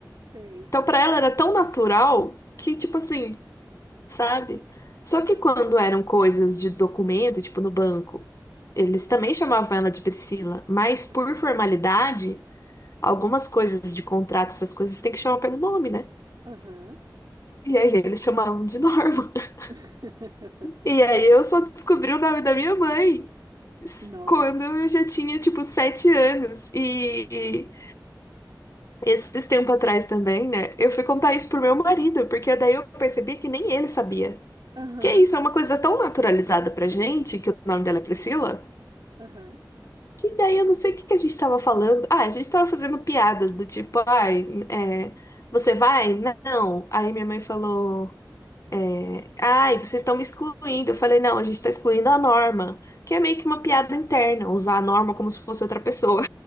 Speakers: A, on the right; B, on the left.
A: sei,
B: Então pra ela era tão natural que, tipo assim. sabe? Só
A: aham,
B: que quando eram coisas de documento, tipo no banco, eles também chamavam ela de Priscila, mas por
A: aham,
B: formalidade, algumas coisas de contrato, essas coisas tem que chamar pelo nome, né?
A: aham.
B: E aí eles chamavam de Norma. <laughs>
A: <laughs>
B: E aí eu só descobri o nome da minha mãe s-
A: Nó,
B: quando eu já tinha, tipo, sete anos. E, e esses tempo atrás também, né? Eu fui contar isso pro meu marido, porque daí eu percebi que nem ele sabia.
A: aham,
B: Porque é isso, é uma coisa tão naturalizada pra gente, que o nome dela é Priscila,
A: aham,
B: que daí eu não sei o que que a gente tava falando. Ah, a gente tava fazendo piada do tipo, ai, é, você vai? Não. Aí minha mãe falou, é, ai, vocês estão me excluindo. Eu falei, não, a gente tá excluindo a Norma, que é meio que uma piada interna, usar a Norma como se fosse outra pessoa,